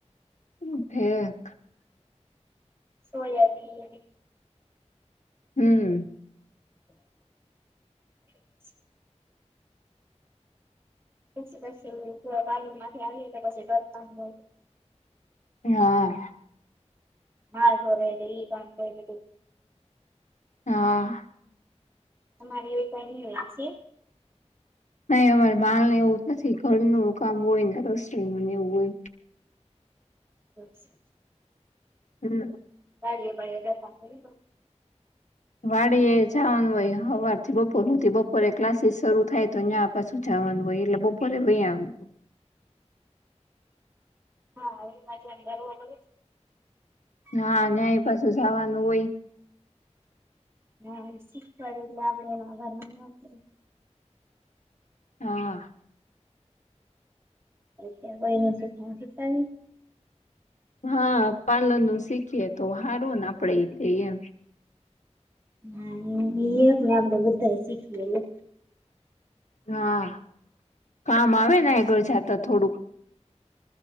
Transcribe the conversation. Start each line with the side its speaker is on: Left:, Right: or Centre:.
Left: હમ્મ ફેક.
Right: સોયાબી અને
Left: હમ્મ.
Right: <inaudible> પછી પછી જોરા પાણીમાંથી આવીએ તો પછી ઘર કામ હોય.
Left: હા.
Right: હા થો રેડીલી પણ જે સે.
Left: હા.
Right: તમારે એવી પાણી એલ સી એ.
Left: નહી અમારે માલને એવું નથી ઘરનું કામ હોય ને રસોઈનુંને એવું હોય.
Right: તો છે.
Left: હમ્મ.
Right: બારે ભાઈ ને રહેતા હોઈ ને.
Left: વાડીએ જવાનું ભાઈ સવાર થી બપોરથી બપોરે ક્લાસીસ શરૂ થાય તો ન્યાં પાછું જવાનું હોય એટલે બપોરે વહી આવું.
Right: હા એમ બાજુ અંદારું આવે.
Left: હા ન્યા એ પાછું જવાનું હોય
Right: હા એ શીખવાડે એટલે આવડે ઘર માં ને આપડે.
Left: હા.
Right: તઈ નો શીખનું શીખતા નહીં.
Left: હા પાલન નું શીખીએ તો હારુ ને આપડે એ કહીએ.
Right: હા એ એજ ને આપડે બધા શીખીએ એને
Left: હા કામ આવેને આગળ જતા થોડુંક.